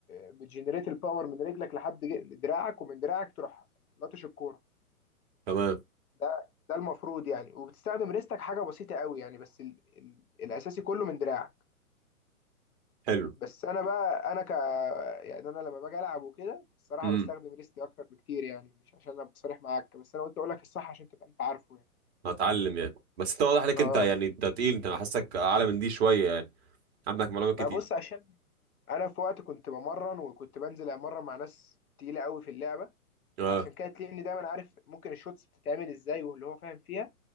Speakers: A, on the left; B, on the right.
A: بتجنريت الباور من رجلك لحد ج- دراعك ومن دراعك تروح لطش الكوره
B: تمام
A: ده ده المفروض يعني وبتستخدم ريستك حاجه بسيطه قوي يعني بس ال... ال... الاساسي كله من دراعك
B: حلو
A: بس انا بقى انا ك يعني انا لما باجي العب وكده الصراحه
B: امم
A: بستخدم ريستي اكتر بكتير يعني مش عشان ابقى صريح معاك بس انا قلت اقول لك الصح عشان تبقى انت عارفه يعني
B: هتعلم يعني بس انت واضح عليك
A: اه
B: انت يعني انت تقيل انت أنا حاسك اعلى من دي شويه يعني عندك معلومات
A: ما
B: كتير
A: بص عشان انا في وقت كنت بمرن وكنت بنزل امرن مع ناس تقيله قوي في اللعبه
B: اه
A: عشان كده تلاقيني دايما عارف ممكن الشوتس بتتعمل ازاي واللي هو فاهم فيها